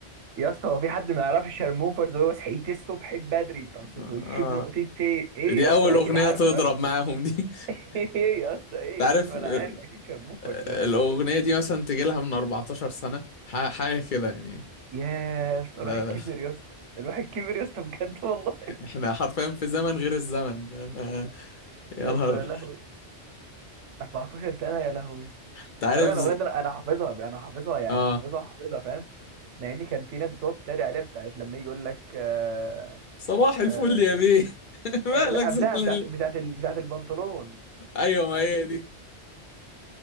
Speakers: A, on the right; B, on the left.
A: يا اسطى هو في حد ما يعرفش شرموفرز وهو صحيت الصبح بدري طست
B: آه.
A: وشي بنقطتين ايه
B: دي
A: يا اسطى
B: اول
A: اكيد
B: اغنية
A: عارفه
B: تضرب
A: يا اسطى
B: معاهم دي <laughs>
A: <laughs> ايه يا اسطى ايه
B: انت عارف
A: يا اسطى
B: آه،
A: انا عارف اكيد شرموفرز
B: آه،
A: يا اسطى
B: الاغنية دي مثلا تجي لها من 14 سنة ح- حاجة كده يعني
A: يا يا اسطى الواحد
B: آه،
A: كبر يا اسطى الواحد كبر يا اسطى بجد والله
B: <laughs> احنا حرفيا في زمن غير الزمن آه،
A: <laughs>
B: يا
A: يا
B: نهار
A: اسطى يا لهوي 14 سنة يا لهوي
B: انت عارف
A: خلي بالك انا
B: ز-
A: الاغنية دي انا أنا حافظها انا حافظها يعني
B: اه
A: حافظها حافظها فاهم مع ان كان في ناس بتقعد تتريق عليها بتاعت لما يجي يقول لك آه
B: صباح الفل
A: آه
B: يا بيه <laughs> مالك
A: آه، لا
B: زعلان
A: قبلها بتاعت بتاعت ال- بتاعت البنطلون
B: ايوه ما
A: قال
B: هي
A: ايه
B: دي